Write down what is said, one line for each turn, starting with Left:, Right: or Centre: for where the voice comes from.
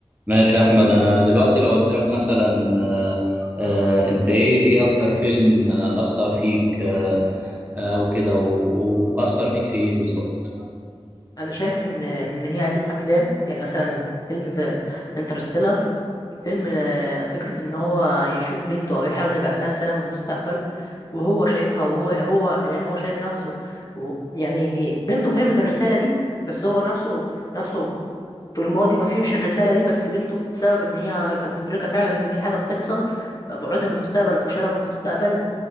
Right: ماشي يا احمد انا دلوقتي لو قلت لك مثلا آه، آه، انت ايه ايه اكتر فيلم آه، اثر فيك آه، آه، او كده و- واثر فيك في ايه بالظبط
Left: انا شايف ان ان هي عده افلام يعني مثلا فيلم زي انترستيلر فيلم آه، فكره ان هو يشوف بنته او يحاول يبعت لها رساله من المستقبل وهو شايفها وهو هو يعني هو شايف نفسه و يعني بنته فهمت الرساله دي بس هو نفسه نفسه في الماضي ما فهمش الرساله دي بس بنته بسبب ان هي كانت مدركه فعلا ان في حاجه بتحصل بقى بعوتها من المستقبل او اشاره من المستقبل